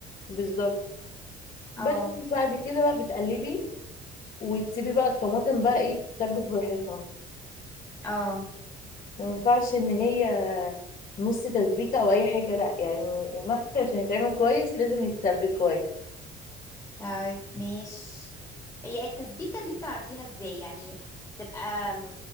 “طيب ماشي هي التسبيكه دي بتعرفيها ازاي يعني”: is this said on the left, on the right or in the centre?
Left